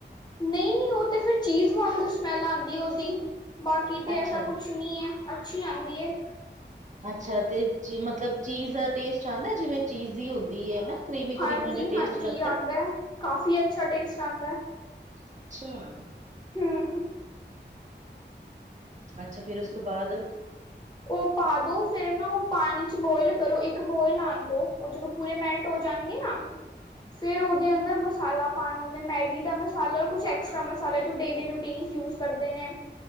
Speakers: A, on the left (about 20°); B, on the right (about 40°).
A: ਨਹੀਂ-ਨਹੀਂ, ਉਹ ਤੇ ਫਿਰ ਚੀਜ਼ ਵਾਂਗੂ ਸਮੈਲ ਆਉਂਦੀ ਉਹਦੀ। ਬਾਕੀ ਤਾਂ
B: ਅੱਛਾ।
A: ਐਸਾ ਕੁਛ ਨਹੀਂ ਹੈ, ਅੱਛੀ ਆਉਂਦੀ ਹੈ।
B: ਅੱਛਾ, ਤੇ ਮਤਲਬ ਚੀਜ਼ ਦਾ ਟੇਸਟ ਆਉਂਦਾ, ਜਿਵੇਂ ਚੀਜ਼ੀ ਹੁੰਦੀ ਹੈ। ਕਰੀਮੀ-ਕਰੀਮੀ
A: ਹਾਂਜੀ
B: ਜੋ ਟੇਸਟ
A: ਹਾਂਜੀ
B: ਲੱਗਦਾ?
A: ਆਉਂਦਾ ਕਾਫੀ ਅੱਛਾ ਟੇਸਟ ਆਉਂਦਾ
B: ਅੱਛਾ।
A: ਹਮ।
B: ਅੱਛਾ, ਫਿਰ ਉਸ ਤੋਂ ਬਾਅਦ?
A: ਉਹ ਪਾਦੋ, ਫੇਰ ਨਾ ਉਹ ਪਾਣੀ 'ਚ ਬੋਇਲ ਕਰੋ, ਇੱਕ ਬੋਇਲ ਆਉਣ ਦੋ, ਉਹ ਜਦੋਂ ਪੂਰੇ ਮੈਲਟ ਹੋ ਜਾਣਗੇ ਨਾ ਫਿਰ ਉਹਦੇ ਅੰਦਰ ਮਸਾਲਾ ਪਾਉਣਾ ਹੁੰਦਾ, ਮੈਗੀ ਦਾ ਮਸਾਲਾ, ਔਰ ਕੁਛ ਐਕਸਟਰਾ ਮਸਾਲੇ ਜੋ ਡੇਲੀ ਰੂਟੀਨ'ਚ - ਯੂਜ਼ ਕਰਦੇ ਨੇ।